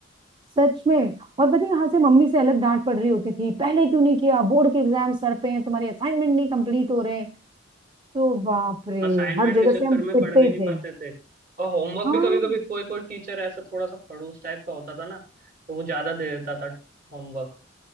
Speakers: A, on the right; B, on the right.
A: सच में और पता है यहाँ से मम्मी से अलग डांट पड़ रही होती थी पहले क्यों नहीं किया बोर्ड के एग्जाम सर पे हैं तुम्हारे असाइनमेंट नहीं कंप्लीट हो रहे हैं तो बाप रे
B: असाइनमेंट
A: हर
B: के
A: जगह
B: चक्कर
A: से हम
B: में
A: पिटते
B: पढ़ भी
A: ही
B: नहीं
A: थे
B: पाते थे और होमवर्क
A: हाँ
B: भी कभी कभी कोई कोई टीचर ऐसा थोड़ा सा खड़ूस टाइप का होता था ना तो वो ज्यादा दे देता था होमवर्क